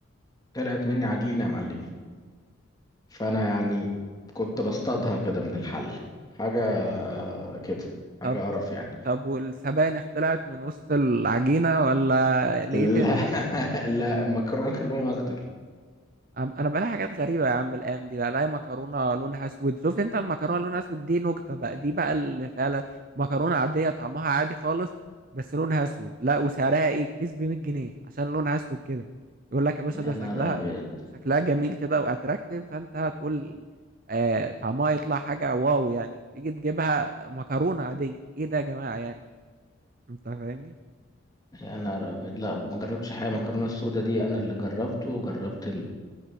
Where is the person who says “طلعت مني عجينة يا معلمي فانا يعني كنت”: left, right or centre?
Left